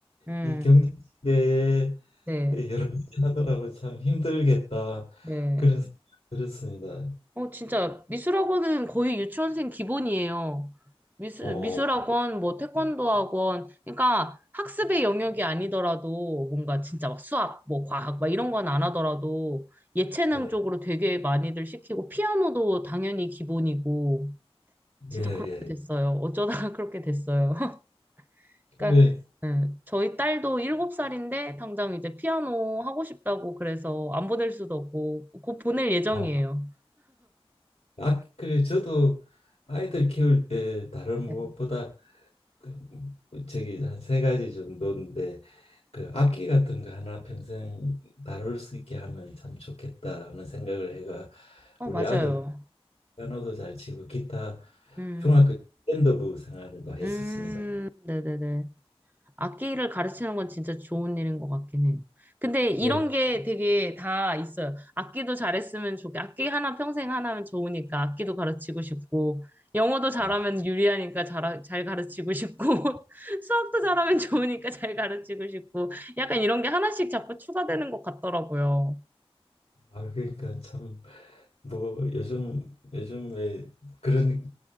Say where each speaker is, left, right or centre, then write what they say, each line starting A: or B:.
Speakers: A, on the right; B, on the left.
A: 음,
B: 이 경제 시대에
A: 네,
B: 여러 가지 하더라고 참 힘들겠다
A: 네.
B: 그런 생각이 들었습니다.
A: 어, 진짜 미술학원은 거의 유치원생 기본이에요. 미술,
B: 오
A: 미술학원, 뭐 태권도 학원. 그러니까 학습의 영역이 아니더라도 뭔가 진짜 막 수학, 뭐 과학, 막 이런 건 안 하더라도 예체능
B: 예,
A: 쪽으로 되게 많이들 시키고 피아노도 당연히 기본이고 진짜
B: 예, 예.
A: 그렇게 됐어요. 어쩌다가 <laughs> 그렇게 됐어요. <laughs> 그러니까
B: 그게
A: 예, 저희 딸도 일곱 살인데 당장 이제 피아노 하고 싶다고 그래서 안 보낼 수도 없고 곧 보낼 예정이에요.
B: 아, 아, 그래 저도 아이들 키울 때 다른 무엇보다
A: 네.
B: 그, 저기 한 세 가지 정도인데 그 악기 같은 거 하나 평생 다룰 수 있게 하면 참 좋겠다는 생각을 해가
A: 어,
B: 우리
A: 맞아요.
B: 아들 피아노도 잘 치고 기타
A: 음,
B: 중학교 때 밴드부 생활을 또 했었습니다.
A: 음, 네네네. 악기를 가르치는 건 진짜 좋은 일인 것 같긴 해요. 근데 이런
B: 예.
A: 게 되게 다 있어요. 악기도 잘했으면 좋게, 악기 하나 평생 하나면 좋으니까 악기도 가르치고 싶고, 영어도 잘하면
B: 예.
A: 유리하니까 잘, 잘 가르치고 싶고, <laughs> 수학도 잘하면 좋으니까 잘 가르치고 싶고, 약간 이런 게 하나씩 자꾸 추가되는 것 같더라고요.
B: 아 그러니까 참 뭐 요즘 요즘에 그런